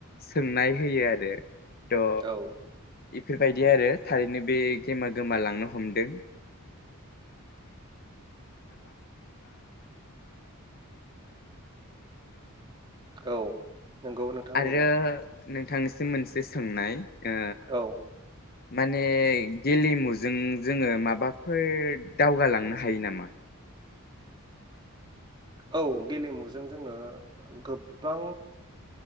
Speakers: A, on the left (about 45°); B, on the right (about 20°).
A: सोंनाय होयो आरो द'
B: औ
A: बेफोरबायदि आरो थारैनो बे गेमा गोमालांनो हमदों
B: औ नंगौ नोंथां होननाया
A: आरो नोंथांनिसिम मोनसे सोंनाय ओ
B: औ
A: माने गेलज मो जों जोङो माबाफोर दावगालांनो हायो नामा
B: औ गेलेमुजों जोङो गोबां